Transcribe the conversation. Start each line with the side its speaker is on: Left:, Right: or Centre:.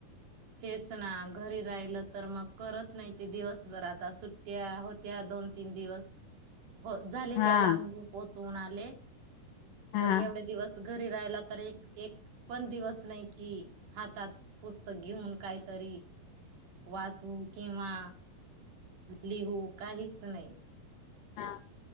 Right: तेच ना घरी राहिल तर मग करत नाही ते दिवसभर आता सुट्ट्या होत्या दोन तीन दिवस. हो झाले
Left: हा
Right: त्यालाही पोसवून आले
Left: हा
Right: पण एवढे दिवस? घरी राहिला तर एक एक पण दिवस नाही कि हातात पुस्तक घेऊन काहीतरी वाचू किंवा लिहू काहीच नाही.
Left: हां.